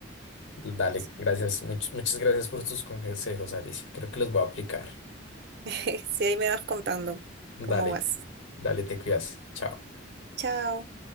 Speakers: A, on the left; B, on the right.
A: Dale,
B: Así
A: gracias. much- muchas gracias por tus consejos, Alicia. Creo que los voy a aplicar.
B: <laughs> Si ahí me vas contando
A: Dale,
B: cómo vas.
A: dale, te cuidas. Chao.
B: Chao.